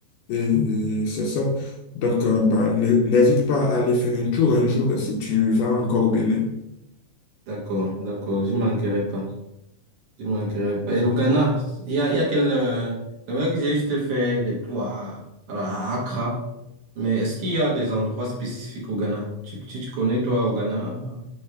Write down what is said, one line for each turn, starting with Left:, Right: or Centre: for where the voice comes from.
Left: Et, et c'est ça. Donc, euh, bah, ne- n'hésite pas à aller faire un tour un jour si tu vas encore au Bénin.
Right: D'accord, d'accord. Je manquerai pas. Il manquerait pas. Et le Ghana, il y a, il y a quel. euh, C'est vrai que j'ai juste fait des tours à, à à Accra, mais est-ce qu'il y a des endroits spécifiques au Ghana? Tu, tu, tu connais, toi, au Ghana euh,